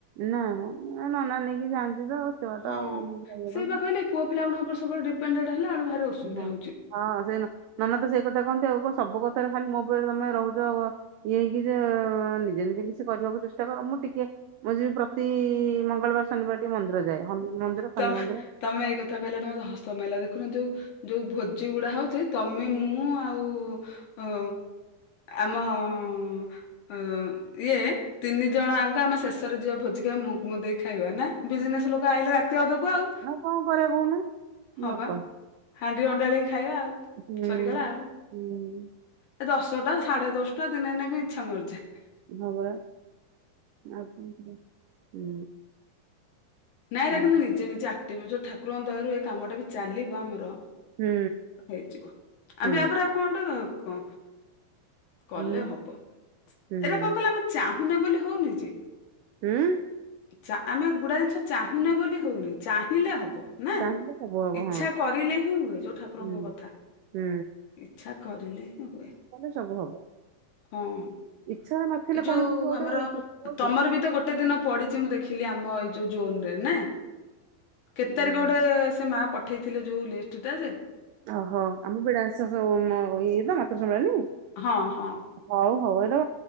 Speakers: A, on the right (about 85°); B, on the left (about 60°).
A: ନାଁ ମ ନନା ନେଇକି ଯାଆନ୍ତି ତ ଏତେ ବାଟା
B: ହଁ
A: ଆଉ।
B: ସେଇ ବା କହିଲେ ପୁଅ ପିଲାଗୁଡାଙ୍କର ସବୁବେଳେ ଦିପେନ୍ଦେଣ୍ଡ ହେଲାବେଳକୁ ଭାରି ଅସୁବିଧା
A: ହଁ
B: ହଉଛି।
A: ହଁ ସେଇ ନ ନନା ତ ସେଇ କଥା କୁହନ୍ତି ଆଉ କଣ ସବୁ କଥାରେ ଖାଲି ମୋ ଉପରେ ତମେ ରହୁଛ। ଇଏ କି ଯେ ନିଜେ ନିଜେ କିଛି କରିବାକୁ ଚେଷ୍ଟା କର ମୁଁ ଟିକେ ମୁଁ ଯିବି ପ୍ରତି ମଙ୍ଗଳବାର ଶନିବାର ଟିକେ ମନ୍ଦିର ଯାଏ ହନୁମାନ ମନ୍ଦିର
B: ତ
A: ଶନି ମନ୍ଦିର।
B: ତମେ ଏଇ କଥା କହିଲା ଠୁ ମତେ ହସ ମଇଲା ଦେଖନ୍ତୁ ଯୋଉ ଯୋଉ ଭୋଜି ଗୁଡା ହଉଛି ତମେ ମୁଁ ଆଉ ଅ ଆମ ଅ ହଁ ଇଏ ତିନି ଜଣ ଆଙ୍କ ଆମ ଶେଷରେ ଯିବା ଭୋଜି ଖାଇ ମୁଁକୁ ମ ଦେଇ ଖାଇବା ନା। ବିଜିନେସ୍ ଲୋକ ଆଇଲେ ରାତି ଅଧକୁ ଆଉ
A: ଆଉ କଅଁ କରିଆ କହୁନୁ
B: ହବା
A: ନକ
B: ହାଣ୍ଡି ଅଣ୍ଡାଳିକି ଖାଇବା ଆଉ
A: ହୁଁ
B: ସରିଗଲା ଆଉ
A: ହୁଁ।
B: ଏ ଦଶଟା ସାଢ଼େ ଦଶଟା ଦିନେ ନେବି ଇଚ୍ଛା ମରିଯାଏ
A: ହଁ ପରା ଆଉ କଣ। ହୁଁ
B: ନାଇଁ
A: ହୁଁ
B: ରାଗନ୍ତୁଣି ନିଜେ ନିଜେ ଆକ୍ଟିଭ ଯୋଉ ଠାକୁରଙ୍କ ଦଯାରୁ ଏ କାମଟା ବି ଚାଲିବ ଆମର
A: ହୁଁ
B: ହେଇଯିବ
A: ହୁଁ
B: ଆମେ ଆ ପରେ ଆଉ କଁଟା କଁ। କଲେ
A: ହୁଁ
B: ହବ
A: ହୁଁ
B: ଏଇରା କଁ କହିଲ ଆମେ ଚାହୁଁନେ ବୋଲି ହଉନି ଯେ।
A: ହୁଁ।
B: ଚା ଆମେ ଗୁଡାଏ ଜିନିଷ ଚାହୁଁନେ ବୋଲି ହଉନି। ଚାହିଁଲେ ହବ ନା
A: ଚାହିଁଲେ ସବୁ ହବ
B: ଇଚ୍ଛା
A: ହଁ
B: କରିଲେ ହିଁ ହୁଏ ଯୋଉ ଠାକୁରଙ୍କ
A: ହୁଁ
B: କଥା।
A: ହୁଁ।
B: ଇଚ୍ଛା କରିଲେ ହିଁ ହୁଏ।
A: କଲେ ସବୁ ହବ।
B: ହଁ ଏଇ
A: ଇଚ୍ଛା ନଥିଲେ
B: ଯୋଉ
A: କୌଣସି ଜିନିଷ ଗୋଟେ
B: ଆମର
A: ଶିଖିବ କି?
B: ତମର ବି ତ ଗୋଟେ ଦିନ ପଡି। ଚି ମୁଁ ଦେଖିଲି ଆମ ଏ ଯୋଉ ଜୋନରେ ନା କେତେ
A: ହୁଁ
B: ତାରିଖ ଗୋଟେ ସେ ମା ପ ପଠେଇଥିଲେ ଯୋଉ ଲିଷ୍ଟଟା ଯେ।
A: ଓହୋ ଆମୁ ବିଡା ସକ ହୋମ ହବ ଏଇ ତ ମାତୃ ସମ୍ମିଳଣି।
B: ହଁ ହଁ।
A: ହଉ ହଉ ଏ ର